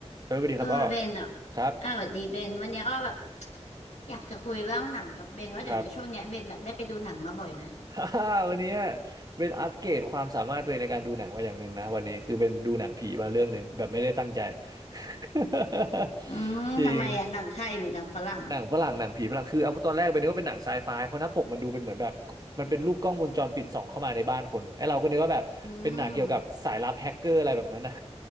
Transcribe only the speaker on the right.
เออสวัสดีครับอ้อ
ครับ
ครับ <laughs> ฮ่าฮ่าวันนี้เป็นอัปเกรดความสามารถตัวเองในการดูหนังมาอย่างหนึ่งนะวันนี้คือเป็นดูหนังผีมาเรื่องหนึ่งแบบไม่ได้ตั้งใจ <laughs>
จริงหนังฝรั่งหนังผีฝรั่งคือเอาตอนแรกไปนึกว่าเป็นหนังไซไฟเพราะหน้าปกมันดูเป็นเหมือนแบบมันเป็นรูปกล้องวงจรปิดส่องเข้ามาในบ้านคนไอ้เราก็นึกว่าแบบเป็นหนังเกี่ยวกับสายลับแฮกเกอร์อะไรแบบนั้นนะ